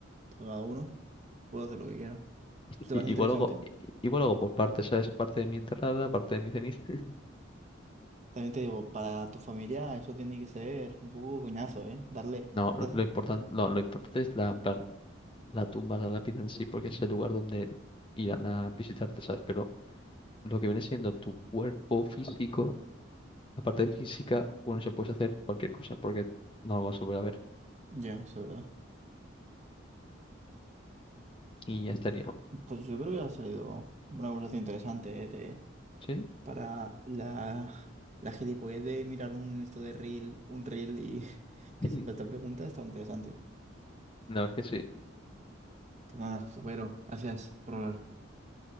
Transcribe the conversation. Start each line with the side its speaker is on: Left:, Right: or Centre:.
Right: por cada uno, puedo hacer lo que quiera. ¿Te parece
Left: I-
Right: interesante?
Left: Igual hago, i- igual hago por partes, ¿sabes? Parte de mi entrada, parte de mi ceniza. <laughs>
Right: También te digo, para tu familia eso tiene que ser un poco coñazo, ¿eh? Darle...
Left: No,
Right: dar-
Left: lo importante, no, lo importante es la, en plan, la tumba, la lápida en sí, porque es el lugar donde irán a visitarte, ¿sabes? Pero lo que viene siendo tu cuerpo físico, la parte física, bueno, se puede hacer cualquier cosa, porque no lo vas a volver a ver.
Right: Ya, eso es verdad.
Left: Y ya estaría.
Right: Pues yo creo que ha salido una conversación interesante, ¿eh?
Left: ¿Sí?
Right: para la, la gilipollez de mirar un esto de reel, un reel y <laughs> que
Left: <laughs>
Right: se haga esta pregunta, está interesante.
Left: La verdad es que sí.
Right: Pues nada, pero gracias por hablar.